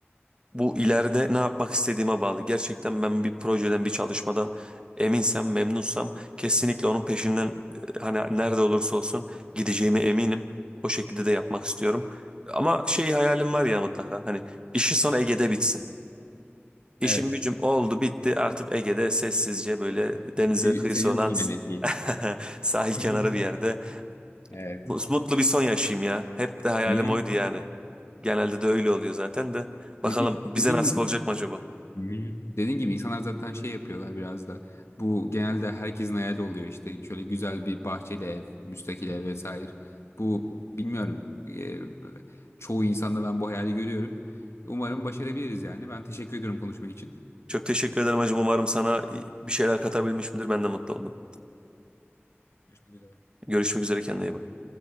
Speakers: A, on the right; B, on the left.
A: bu ileride ne yapmak istediğime bağlı. Gerçekten ben bir projeden, bir çalışmadan eminsem, memnunsam kesinlikle onun peşinden e, hani nerede olursa olsun gideceğime eminim. O şekilde de yapmak istiyorum. Ama şey hayalim var ya mutlaka hani işi sonra Ege'de bitsin. İşim
B: Evet.
A: gücüm oldu bitti artık Ege'de sessizce böyle denize
B: Sevi-
A: kıyısı
B: seviyorsun
A: olan
B: yani.
A: <laughs> sahil kenarı
B: <laughs>
A: bir yerde
B: Evet.
A: Mut- Mutlu bir son yaşayayım ya. Hep de hayalim
B: Hı.
A: oydu yani. Genelde de öyle oluyor zaten de. Bakalım
B: Dedi-
A: bize
B: dediğin
A: nasip
B: gibi
A: olacak mı acaba?
B: Hmm. Dediğin gibi insanlar zaten şey yapıyorlar biraz da. Bu genelde herkesin hayali oluyor işte şöyle güzel bir bahçeli ev, müstakil ev vesaire. Bu bilmiyorum. Ee, çoğu insanda ben bu hayali görüyorum. Umarım başarabiliriz yani. Ben teşekkür ediyorum konuşma için.
A: Çok teşekkür ederim hacım. Umarım sana bir şeyler katabilmişimdir. Ben de mutlu oldum.
B: Görüşmek üzere.
A: Görüşmek üzere kendine iyi bak.